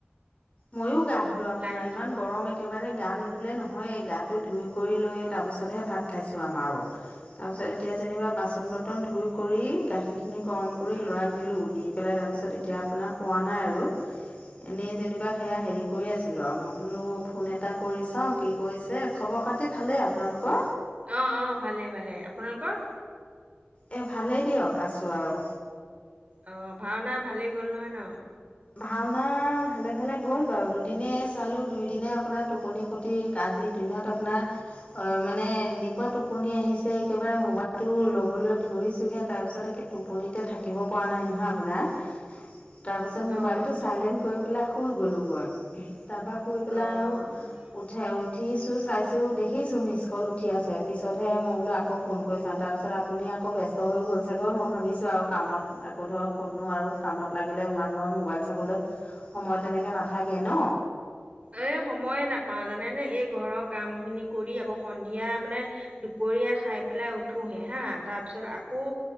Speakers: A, on the left; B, on the right.
A: মইও গা ধুলো, আপোনাৰ
B: লাহ
A: ইমান গৰম একেবাৰে গা নুধুলে নহয়েই। গাত এইবোৰ ধুই কৰি লৈ, তাৰপিছতহে ভাত খাইছোঁ আমাৰো, তাৰপিছত এতিয়া যেনিবা বাচন-বৰ্তন ধুই কৰি, গাখীৰ গৰম কৰি
B: উম,
A: ল'ৰাক দিলোঁ। দি পেলাই, তাৰপিছত এতিয়া আপোনাৰ শুৱা নাই আৰু, এনেই যেনিবা সেয়া হেৰি কৰি আছিলোঁ, আৰু মই বোলো, ফোন এটা কৰি চাওঁ, কি কৰিছে? খবৰ-খাতি ভালেই। আপোনালোকৰ?
B: অ, অ, ভালে, ভালে। আপোনালোকৰ?
A: এই ভালেই দিয়ক, আছোঁ আৰু।
B: অ, ভাওনা ভালেই গ'ল নহয় ন!
A: ভাওনা ভালে-ভালে গ'ল বাৰু! দুদিনে চালোঁ, দুই দিনে আপোনাৰ টোপনি ক্ষতি, আজিৰ দিনত আপোনাৰ অ, মানে এনেকুৱা টোপনি আহিছে, একেবাৰে মোবাইলটো ল'বলৈ ধৰিছোঁহে, তাৰপিছত একে টোপনিতে থাকিব পৰা নাই নহয় আপোনাৰ! তাৰপাছত মোবাইলটো
B: অ'।
A: চাইলেণ্ট কৰি পেলাই শুই গ'লোঁ গৈ। তাৰপৰা শুই পেলাই
B: অ'।
A: আৰু উঠে উঠিছোঁ, চাইছোঁ, দেখিছোঁ, মিছ কল উঠি আছে, পিছতহে মই বোলো আকৌ ফোন কৰি চাওঁ। তাৰপিছত তাৰপিছত আপুনি আকৌ ব্যস্ত হৈ গ'ল চাগৈ মই ভাবিছোঁ আৰু কামত আকৌ ধৰক ক'তনো আৰু কামত লাগিলে মান ম মোবাইল, চাবলৈ সময় তেনেকৈ নাথাকে ন।
B: এ সময়ে নাপাওঁ জানে নে এই ঘৰৰ কাম খিনি কৰি আকৌ সন্ধিয়া, মানে। দুপৰীয়া, খাই পেলাই উঠোহে হা তাৰ পিছত আকৌ